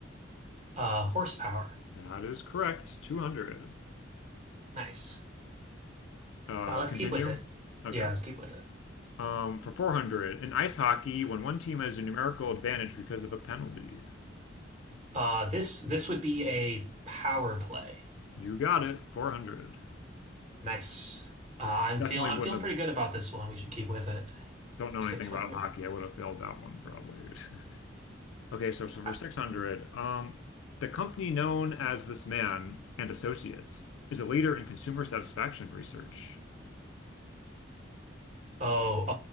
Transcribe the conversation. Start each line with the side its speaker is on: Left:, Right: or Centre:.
Right: Uh, horsepower.
Left: that is correct. 200.
Right: Nice.
Left: Uh,
Right: Uh, let's
Left: continue.
Right: keep with it.
Left: Okay.
Right: Yeah, let's keep with it.
Left: Um, for 400, in ice hockey, when one team has a numerical advantage because of a penalty.
Right: Uh, this this would be a power play.
Left: You got it. 400.
Right: Nice. Uh, I'm
Left: Definitely
Right: feel I'm
Left: wouldn't
Right: feeling pretty
Left: have,
Right: good about this one. We should keep with it
Left: don't know
Right: for 600.
Left: anything about hockey. I would have failed that one probably. <laughs> Okay, so so for
Right: <laughs>
Left: 600, um, the company known as this man and Associates is a leader in consumer satisfaction research.
Right: Oh,